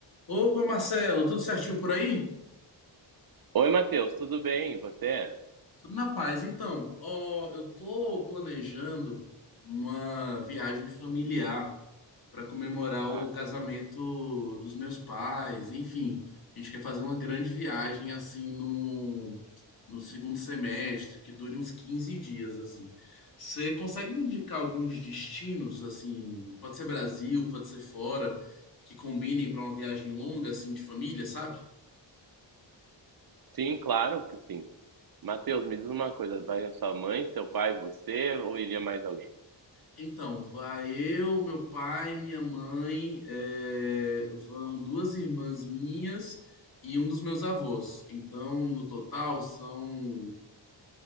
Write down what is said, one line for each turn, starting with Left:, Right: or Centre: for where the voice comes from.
Left: Opa, Marcelo, tudo certinho por aí?
Right: Oi, Matheus, tudo bem? E Você?
Left: Tudo na paz. Então, ó, eu tô planejando uma viagem familiar para comemorar o
Right: Ah,
Left: casamento dos meus pais. Enfim, a gente quer fazer uma grande viagem assim no, no segundo semestre, que dure uns 15 dias assim. Você consegue me indicar alguns destinos assim? Pode ser Brasil, pode ser fora, que combinem para uma viagem longa assim de família, sabe?
Right: sim, claro que sim. Matheus, me diz uma coisa, vai a sua mãe, seu pai, você ou iria mais alguém?
Left: Então, vai eu, meu pai, minha mãe, é, vão duas irmãs minhas e um dos meus avós. Então, no total, são.